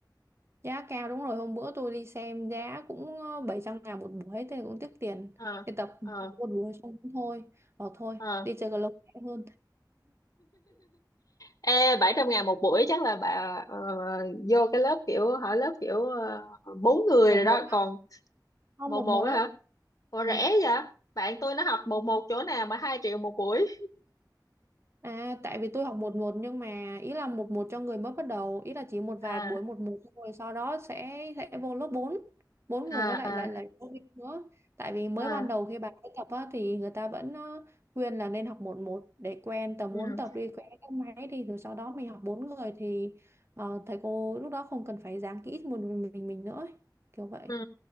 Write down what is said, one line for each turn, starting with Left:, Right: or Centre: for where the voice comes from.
Right: giá cao đúng rồi hôm bữa tôi đi xem giá cũng ờ, bảy trăm ngàn một buổi thế cũng tiếc tiền
Left: ờ
Right: đi tập
Left: ờ
Right: một buổi xong cũng thôi bỏ thôi
Left: ờ
Right: đi chơi cầu lông rẻ hơn
Left: ê bảy trăm ngàn một buổi chắc là bà ờ, vô cái lớp kiểu hỏi lớp kiểu ờ, bốn người
Right: một
Left: rồi
Right: một
Left: đó
Right: á,
Left: còn
Right: không
Left: một
Right: một
Left: một
Right: một
Left: á
Right: á
Left: hả Ủa
Right: Ừ.
Left: rẻ vậy bạn tôi nó học một một chỗ nào mà hai triệu một buổi
Right: À, tại vì tôi học một một nhưng mà ý là một một cho người mới bắt đầu, ý là chỉ một vài
Left: à
Right: buổi một một thôi, sau đó sẽ sẽ vô lớp 4, Bốn người
Left: à
Right: với lại lại
Left: à
Right: lại giáo viên nữa. Tại vì mới
Left: à
Right: ban đầu khi bạn mới tập á, thì người ta vẫn ờ, khuyên là nên học một một để quen tầm
Left: ừ
Right: bốn tập đi quen các máy đi rồi sau đó mình học bốn người thì ờ, thầy cô lúc đó không cần phải giảng kỹ một mình mình nữa ấy. Kiểu vậy.
Left: ừ